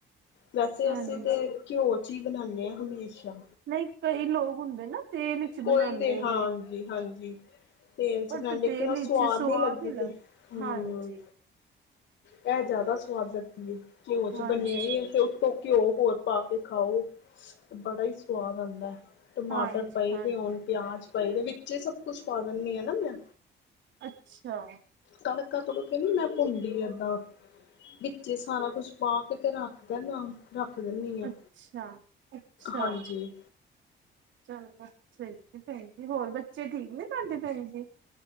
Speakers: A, on the left; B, on the right.
A: ਵੈਸੇ
B: ਹਾਂਜੀ
A: ਅਸੀਂ ਤੇ ਘਿਓ ਚ ਹੀ ਬਣਾਦੇ ਹਾਂ ਹਮੇਸ਼ਾ।
B: ਨਹੀਂ ਕਈ ਲੋਕ ਹੁੰਦੇ ਨਾ ਤੇਲ ਵਿੱਚ ਬਣਾਉਂਦੇ
A: ਕੋਈ ਤੇ ਹਾਂਜੀ
B: ਨੇ।
A: ਹਾਂਜੀ। ਤੇਲ ਚ
B: ਬਟ
A: ਬਣਾਉਦੇ ਲੇਕਿਨ
B: ਤੇਲ
A: ਉਹ
B: ਵਿੱਚ
A: ਸਵਾਦ ਨੀ ਲੱਗਦੀ
B: ਲੱਗ
A: ਤੇ ਹਮ।
B: ਹਾਂਜੀ
A: ਇਹ ਜ਼ਿਆਦਾ ਸਵਾਦ ਲੱਗਦੀ ਘਿਓ ਚ
B: ਹਾਂਜੀ
A: ਬੰਨਿਆ ਉਤੋਂ ਉਤੋਂ ਘਿਓ ਹੋਰ ਪਾ ਕੇ ਖਾਓ ਤੇ ਬੜਾ ਹੀ ਸਵਾਦ ਆਉਂਦਾ ਟਮਾਟਰ
B: ਹਾਂਜੀ
A: ਪਏਦੇ
B: ਹਾਂਜੀ
A: ਹੋ। ਪਿਆਜ ਪਾਈਦੇ ਵਿੱਚ ਸਭ ਕੁੱਛ ਪਾ ਦਿੰਦੀ ਆ ਨਾ ਮੈਂ
B: ਅੱਛਾ
A: ਤੜਕਾ ਤੜਕੇ ਨੀ ਮੈਂ ਭੁੰਦੀ ਏਦਾਂ ਵਿੱਚ ਸਾਰਾ ਕੁਛ ਪਾ ਕੇ ਤੇ ਰੱਖ ਦਦਾ ਰੱਖ ਦਿੱਤੀ ਦੀ ਆ
B: ਅੱਛਾ ਅੱਛਾ
A: ਹਾਂਜੀ
B: ਚਲੋ ਸਹੀ ਭੈਣ ਜੀ ਹੋਰ ਬੱਚੇ ਠੀਕ ਨੇ ਸਾਡੇ ਭੈਣ ਜੀ।